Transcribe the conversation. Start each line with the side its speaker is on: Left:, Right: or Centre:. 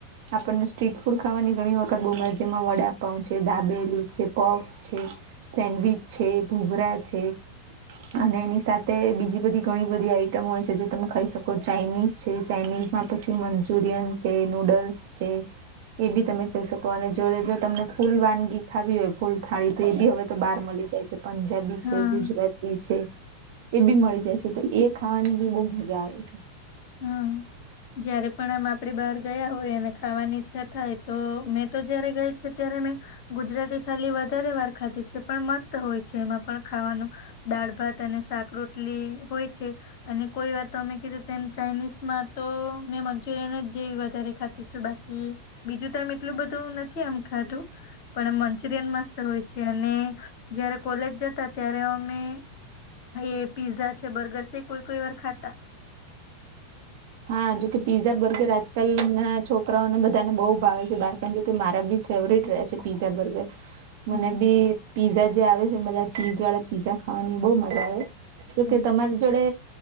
Right: આપણને સ્ટ્રીટ ફૂડ ખાવાની ઘણી વખત બહુ મજ છે. જેમાં વડાપાઉં છે, દાબેલી છે, પફ છે. સેન્ડવીચ છે, ઘૂઘરા છે. અને એની સાથે બીજી બધી ઘણી બધી આઈટમ હોય છે. જે તમે ખાઈ શકો ચાઇનીઝ છે. ચાઇનીઝમાં પછી મંચુરિયન છે, નુડલ્સ છે. એ બી તમે ખઈ શકો. અને જોડે જોડ તમને ફૂલ વાનગી ખાવી હોય ફૂલ થાળી તો એ બી હવે તો બાર મલી જાય છે. પંજાબી
Left: હા
Right: છે, ગુજરાત તી છે એ બી મળી જાય છે. તો એ ખાવાની બી બહુ મજા આવે છે.
Left: હા જયારે પણ આમ આપડે બહાર ગયા હોય અને ખાવાની ઈચ્છા થાય તો મેં તો જયારે ગઈ છું ત્યારે મેં ગુજરાતી થાલી વધારે વાર ખાધી છે. પણ મસ્ત હોય છે એમાં પણ ખાવાનું દાળ, ભાત અને શાક રોટલી હોય છે. અને કોઈ વાર તો તમે કીધું તેમ ચાઇનીઝમાં તો મેં મંચુરિયન જ જેવી વધારે ખાતીશું બા કી બીજું તો એમ એટલું બધું નથી આમ ખાધું. પણ મંચુરિયન મસ્ત હોય છે. અને જયારે કોલેજ જતા ત્યારે અમે એ પીઝા છે, બર્ગર છે કોઈ કોઈ વાર ખાતા. <unintelligible>
Right: હા જોકે પિઝા, બર્ગર આજકાલ નાના છોક છોકરાઓને બધાને બહુ ભાવે છે બાળકોને જોકે મારા ભી ફેવરિટ રહયા છે. Pizza, burger. મને
Left: હમ
Right: ભી પીઝા જે આવે છે બધા ચીઝવાળા પીઝા ખાવાની બહુ મજા આવે. જોકે
Left: હમ
Right: તમારી જોડે